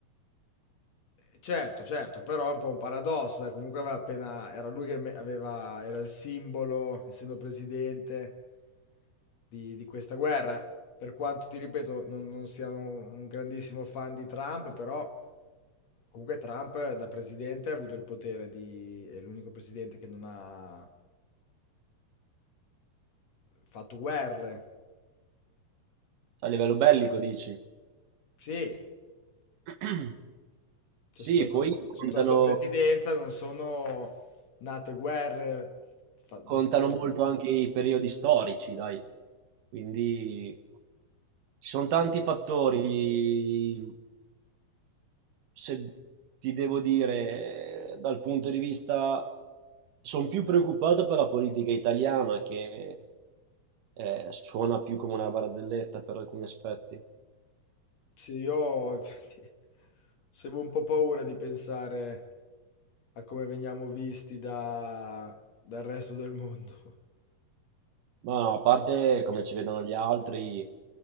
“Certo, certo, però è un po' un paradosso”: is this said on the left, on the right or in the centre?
Left